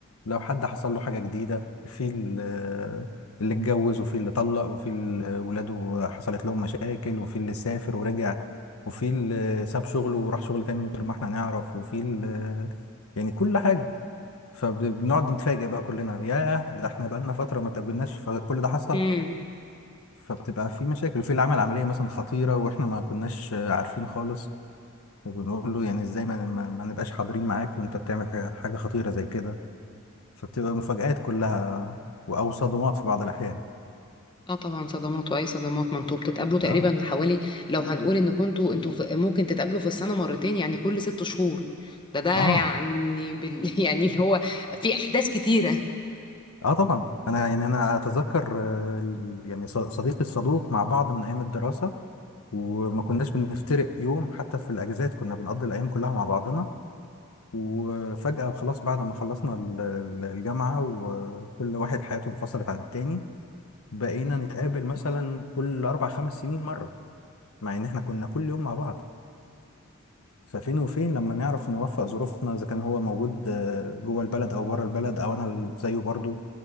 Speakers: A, on the left; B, on the left.
A: لو حد حصل له حاجة جديدة في ال- اللي اتجوز وفي اللي طلق وفي اللي ولاده حصلت لهم مشاكل وفي اللي سافر ورجع وفي اللي ساب شغله وراح شغل تاني من غير ما احنا نعرف وفي اللي يعني كل حاجة فبنقعد نتفاجئ بقى كلنا ياه ده احنا بقالنا فترة ما اتقابلناش فكل ده حصل
B: امم
A: فبتبقى في مشاكل وفي اللي عمل عملية مثلا خطيرة واحنا ما كناش آه، عارفين خالص فبنقول له يعني ازاي ما, ما, ما نبقاش حاضرين معاك وانت بتعمل حاجة, حاجة خطيرة زي كده فبتبقى مفاجآت كلها و- او صدمات في بعض الأحيان
B: اه طبعا صدمات واي صدمات ما انتوا بتتقابلوا تقريبا
A: اه
B: حوالي لو هنقول ان كنتوا انتوا في- ممكن تتقابلوا في السنه مرتين يعني كل ست شهور ده ده
A: اه
B: يعني بال... <laughs> يعني اللي هو في احداث كتيره
A: اه طبعا انا يعني انا اتذكر آه، ال- يعني ص- صديقي الصدوق مع بعض من ايام الدراسة وما كناش بنفترق يوم حتى في الاجازات كنا بنقضي الايام كلها مع بعضنا وفجأة خلاص بعد ما خلصنا ال- ال- الجامعة وكل واحد حياته انفصلت عن التاني بقينا نتقابل مثلا كل أربع خمس سنين مرة مع إن إحنا كنا كل يوم مع بعض ففين وفين لما نعرف نوفق ظروفنا إذا كان هو موجود آه، جوه البلد أو بره البلد أو أنا ال- زيه برضه